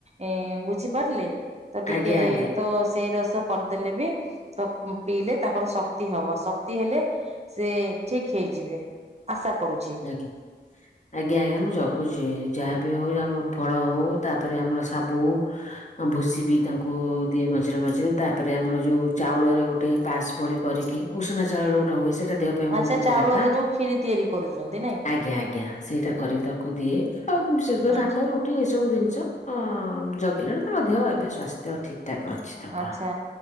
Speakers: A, on the right; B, on the left.
A: ଏଁ ବୁଝିପାରିଲେ। ତ ଟିକେ
B: ଆଜ୍ଞା ଆଜ୍ଞା
A: ତ ସେଇ ରସ୍ ତ କରିଦେଲେ ବି ତ ପିଇଲେ ତାଙ୍କର ଶକ୍ତି ହବ ଶକ୍ତି ହେଲେ ସେ ଠିକ୍ ହେଇଯିବେ। ଆଶା କରୁଛି
B: ଆଞା ଆଜ୍ଞା ଆଜ୍ଞା ମୁଁ ଜଗୁଚି ଯାହାବି ହଉ ଆମ ଫଳ ହଉ ତାପରେ ଆମର ସାବୁ ଭୁସି ବି ତାଙ୍କୁ ଦିଏ ମଝିରେ ମଝିରେ ତାପରେ ଆମର ଯୋଉ ଚାଉଳରେ ଗୋଟେ ପାସ୍ ପଳି କରିକି ଉଷୁନା ଚାଉଳରେ ଗୋଟେ ହୁଏ ସେଇଟା ଦେହ ପାଇଁ ବହୁତ
A: ଆଚ୍ଛା।
B: ଉପକାରିତା।
A: ଚାଉଳରେ ଯୋଉ ଖିରି ତିଆରି କରୁଚନ୍ତି।
B: ଆଜ୍ଞା ଆଜ୍ଞା। ସେଇଟା କରିକି ତାଙ୍କୁ ଦିଏ, ଆଉ ବିଶେଷ କରି
A: ଆଚ୍ଛା।
B: ଭାତ, ରୁଟି ଏଇ ସବୁ ଜିନଷ ଅଂ ହଁ ଜଗିଲାଳୁ ତାଙ୍କ ଦେହ ଏବେ ସ୍ୱାସ୍ଥ୍ୟ ଠିକ ଠାକ ଅଛି ତାଙ୍କର
A: ଆଚ୍ଛା।